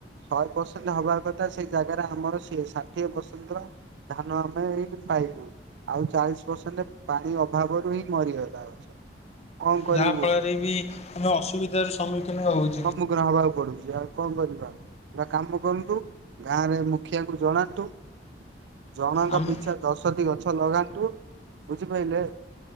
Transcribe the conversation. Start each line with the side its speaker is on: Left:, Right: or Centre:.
Right: ଶହେ ପରସେଣ୍ଟ ହବା କଥା ସେ ଜାଗାରେ ଆମର ସିଏ ଷାଠିଏ ପରସେଣ୍ଟର ଧାନ ଆମେ ଏଇି ପାଇବୁ। ଆଉ ଚାଳିଶ ପରସେଣ୍ଟ ପାଣି ଅଭାବରୁ ହିଁ ମରିଗଲା। କଣ କରିବୁ
Left: ଯାହା ଫଳରେ ବି ଆମେ ଅସୁବିଧାର ସମ୍ମୁଖୀନ ହଉଛୁ।
Right: ସମ୍ମୁଖୀନ ହବାକୁ ପଡୁଛି ଆଉ, କଣ କରିବା, କାମ କରନ୍ତୁ ଗାଁରେ ମୁଖିଆଙ୍କୁ ଜଣାନ୍ତୁ। ଜଣଙ୍କ
Left: ଆମେ
Right: ପିଛା ଦଶଟି ଗଛ ଲଗାନ୍ତୁ ବୁଝିପାରିଲେ।